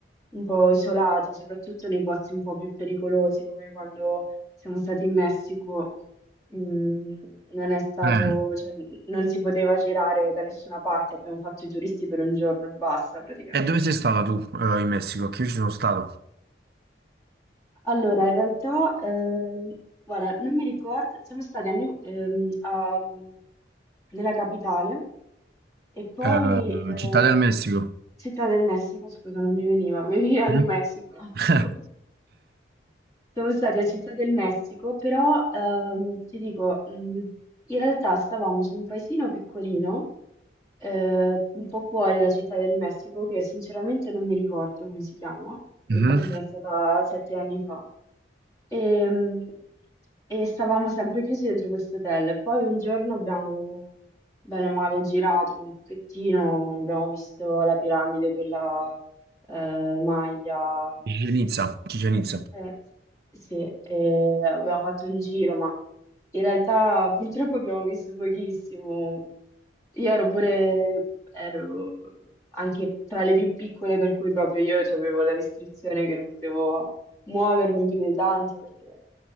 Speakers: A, on the left; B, on the right.
A: un po' isolati, soprattutto nei posti un po' più pericolosi, come quando siamo stati in Messico. Mm, non è stato,
B: Eh,
A: cioè, non si poteva girare da nessuna parte, abbiamo fatto i turisti per un giorno e basta praticamente.
B: E dove sei stata tu, eh, in Messico? Che io ci sono stato.
A: Allora, in realtà, eh, guarda, non mi ricordo, siamo stati a New- ehm, a- nella capitale e poi
B: Eh,
A: eh,
B: Città del Messico.
A: Città del Messico, scusa, non mi veniva, mi veniva
B: Mm?
A: <laughs> New Mexico un attimo.
B: <laughs>
A: Siamo stati a Città del Messico, però ehm, ti dico, mh, in realtà stavamo su un paesino piccolino eh, un po' fuori da Città del Messico, che sinceramente non mi ricordo come si chiama, ricordo
B: Mhm.
A: che era stata sette anni fa. E, mm, e stavamo sempre chiusi dentro questo hotel. Poi un giorno abbiamo, bene o male, girato un pochettino, abbiamo visto la piramide, quella eh, Maya.
B: Chichén Itzá, Chichén Itzá.
A: Eh, sì, eh, abbiamo fatto un giro, ma in realtà purtroppo abbiamo visto pochissimo. Io ero pure, ero anche tra le più piccole, per cui proprio io avevo la restrizione che non potevo muovermi più di tanto perché è